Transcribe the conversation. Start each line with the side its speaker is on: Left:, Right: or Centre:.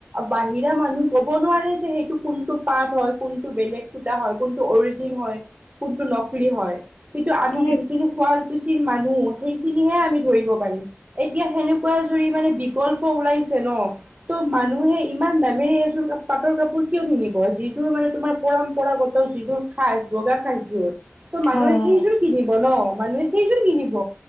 Right: বাহিৰা মানুহ কব নোৱাৰে যে সেইটো কোনটো পাঠ হয় কোনটো কুটা কোনটো অৰিজিন হয় কোনটো ন কলি হয় কিন্তু আমি
Left: অ'
Right: যিখিনি শুৱালকুছিৰ মানুহ সেইখিনিহে আমি ধৰিব পাৰিম। এতিয়া সেনেকুৱা জুৰি মানে বিকল্প ওলাইছে ন। ত' মানুহে ইমান দামেৰে এইযোৰ পাটৰ কাপোৰ কিয় কিনিব যিযোৰ মানে তোমাৰ পৰম্পৰাগত যিযোৰ সাজ বগা সাজযোৰ। ত
Left: হয়,
Right: সেইযোৰ
Left: হয়,
Right: কিনিব ন মানুহে সেইযোৰ কিনিব।